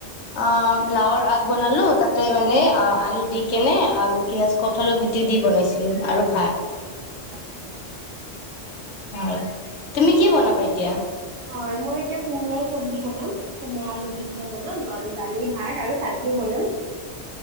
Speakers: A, on the left; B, on the right.
A: অ' লাওৰ আগ বনালোঁ। তাতে মানে অ'- আলু দিকেনে আৰু কি আছ- কঠল গুটি দি বনাইছিলোঁ। আৰু ভাত
B: উম, আচ্ছা।
A: হয়। তুমি কি বনাবা এতিয়া?
B: হয় মই এতিয়া কোমোৰাৰ চব্জি বনাম। কোমৰা-আলু দি কিনে বনাম আৰু দালি, ভাত আৰু চাটনি বনাম।